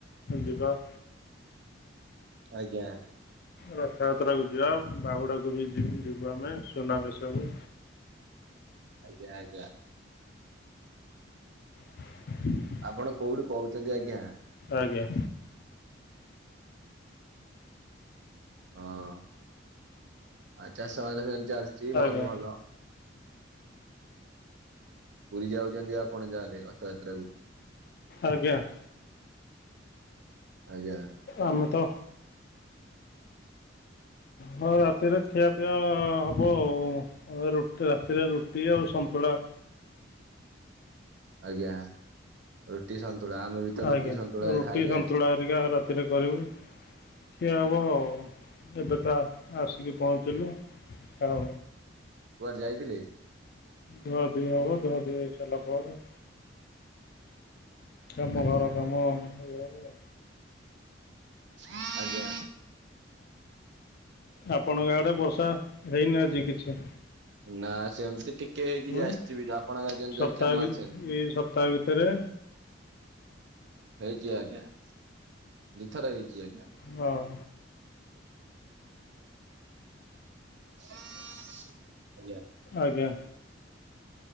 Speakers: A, on the left; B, on the right.
A: ଯିବା।
B: ଆଜ୍ଞା।
A: ରଥଯାତ୍ରା କୁ ଯିବା ବାହୁଡାକୁ ବି ଯିବୁ ଆମେ ସୁନା ବେଶ କୁ।
B: ଆଜ୍ଞା ଆଜ୍ଞା।
A: <unintelligible>
B: ଆପଣ କୋଉଠି କହୁଛନ୍ତି ଆଜ୍ଞା
A: ଆଜ୍ଞା।
B: ହଁ ହଁ। ଆଉ ଚାଷବାସ ସେମିତି ଚାଲିଛି
A: ଆଜ୍ଞା
B: ଭଲ ଭଲ। ପୁରୀ ଯାଉଛନ୍ତି ଆପଣ ଯାହେଲେ ରଥଯାତ୍ରା କୁ?
A: ଆଜ୍ଞା।
B: ଆଜ୍ଞା।
A: ଆମେ ତ ହଁ ରାତିରେ ଖିଆ ପିଆ ହବ ଆଉ। ଆଉ ରୁ ରାତିରେ ରୁଟି ଆଉ ସନ୍ତୁଳା।
B: ଆଜ୍ଞା ରୁଟି ସନ୍ତୁଳା ଆମେ ବି ତ
A: ଆଜ୍ଞା
B: ରୁଟି ସନ୍ତୁଳା
A: ରୁଟି
B: ଖାଇକି
A: ସନ୍ତୁଳା
B: ଆସିଲୁ
A: ହେରିକା ରାତିରେ କରିବୁ। ଖିଆ ହେବ ଆଉ ଏବେତ ଆସିକି ପହଞ୍ଚିଲୁ। ଆଉ
B: କୁଆଡେ ଯାଇଥିଲେ?
A: ଧୁଆଧୁଇ ହେବ ଧୁଆଧୁଇ ହେଇ ସାରିଲା ପରେ କାମ
B: ଆଜ୍ଞା
A: ଘର କାମ ଇ
B: ଆଜ୍ଞା।
A: ଆପଣଙ୍କଆଡେ ବର୍ଷା ହେଇନି ଆଜି କିଛି?
B: ନା ସେମ ଟିକେ ହେଇକି
A: ହୁଁ
B: ଯେ ଆସିଥିବି ଯେ ଆପଣଙ୍କ ଯେମିତି
A: ସପ୍ତାହେ
B: ହେଇଛି ଆମ
A: ଭି
B: ଆଡେ ସେମତି
A: ଏଇ ସପ୍ତାହେ ଭିତରେ
B: ହେଇଛି ଆଜ୍ଞା ଦିଇଥର ହେଇଛି ଆଜ୍ଞା।
A: ହଁ।
B: ଆଜ୍ଞା
A: ଆଜ୍ଞା।